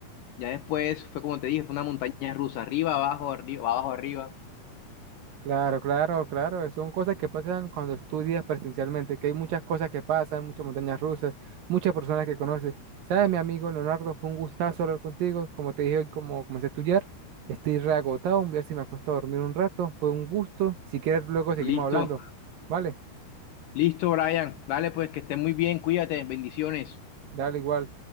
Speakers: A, on the left; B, on the right.
A: Ya después fue como te dije, fue una montaña rusa, arriba, abajo, arriba, abajo, arriba.
B: Claro, claro, claro, son cosas que pasan cuando estudias presencialmente, que hay muchas cosas que pasan, muchas montañas rusas, muchas personas que conoces. ¿Sabes, mi amigo Leonardo? Fue un gustazo hablar contigo. Como te dije hoy, como comencé a estudiar, estoy reagotado, voy a ver si me acuesto a dormir un rato. Fue un gusto. Si quieres, luego seguimos
A: Listo,
B: hablando. Vale,
A: listo, Brian. Dale, pues que estés muy bien, cuídate, bendiciones.
B: dale igual.